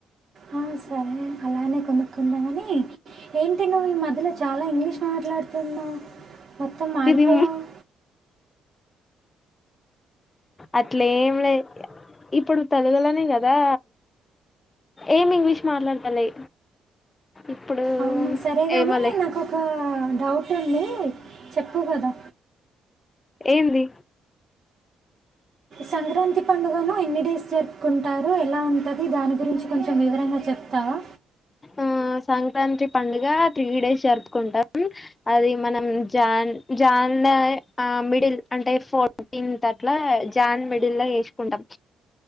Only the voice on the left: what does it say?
ఇది అట్లేం లే ఇప్పుడు తెలుగులోనే కదా ఏమి ఇంగ్లీష్ మాట్లాతలే ఇప్పుడు
ఏమో లే
ఏంది
ఆ సంక్రాంతి పండుగ త్రీ డేస్ జరుపుకుంటాం అది మనం జాన్ జాన్ ఆ మిడిల్ అంటే ఫోర్టీన్త్ అట్లా జాన్ మిడిల్ లో చెసుకుంటాం